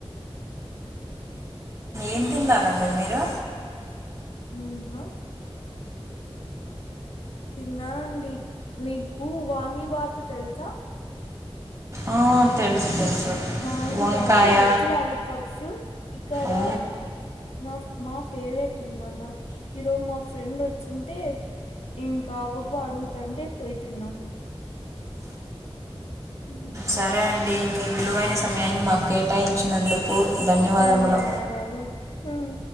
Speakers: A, on the right (about 30°); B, on the left (about 80°).
A: ఏం తిన్నారండి మీరు
B: నేనా తిన్నానండి మీకు వాంగీ బాత్ తెలుసా
A: ఆ తెలుసు తెలుసు
B: వాంగిబాతు
A: వంకాయ
B: వెజ్ లాలీపాప్స్ ఇక్కడ
A: ఓ
B: నా మా ఫేవరెట్ అన్నమాట ఈరోజు మా ఫ్రెండ్ వచ్చింటే ఇంకా ఆ పాప అడుగుతాంటే పోయి తిన్నాం ఉమ్
A: సరే అండి మీ విలువైన సమయాన్ని మాకు కేటాయించినందుకు ధన్యవాదములు
B: ధన్యవాదాలు ఉమ్